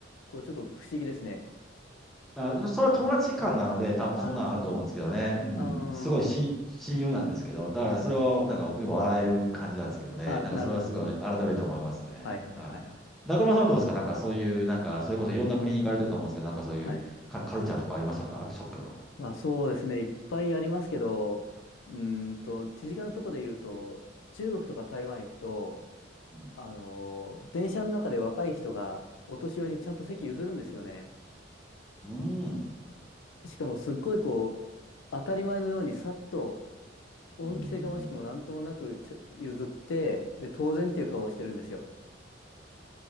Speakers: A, on the left; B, in the centre.
A: こう、ちょっと不思議ですね。
B: あ、それは友達間なので、多分そんなのあると思うんですけどね。
A: ああ、そっか。
B: うん。
A: あ
B: すごいし、親友なんですけど、だからそれをなんか今笑える感じなんですけどね。
A: あ、
B: なんかそれはすごい改めて思いますね。
A: あなるほど、なるほど。はいはいはいはい。
B: はい。中村さんはどうですかなんかそういう、なんかそれこそいろんな国に行かれてると思うんですけど、なんかそういうカ、
A: はい。
B: カルチャーとかありましたかショックとか。
A: まあそうですね、いっぱいありますけど、うーんと、手近なとこで言うと、中国とか台湾行くと、
B: うん。
A: あのー電車の中で若い人がお年寄りにちゃんと席譲るんですよね。
B: うん。
A: しかもすっごいこう、当たり前のようにさっと、恩着せがましくもなんともなくちょ譲って、
B: うん
A: で、当然っていう顔をしてるんですよ。